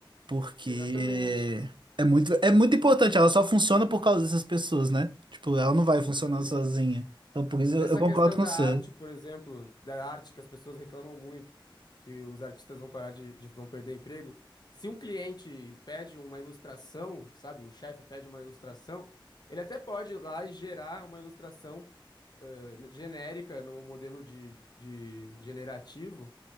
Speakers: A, on the right; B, on the left.
A: Porque
B: <laughs> Exatamente.
A: é muito, é muito importante, ela só funciona por causa dessas pessoas, né? Tipo, ela não vai
B: Exatamente.
A: funcionar sozinha. Então, por isso eu,
B: Nessa
A: eu concordo
B: questão
A: com
B: da
A: você.
B: arte, por exemplo, da arte que as pessoas reclamam muito, que os artistas vão parar de, de- vão perder emprego. Se um cliente pede uma ilustração, sabe, o chefe pede uma ilustração, ele até pode ir lá e gerar uma ilustração eh, genérica, num modelo de, de generativo,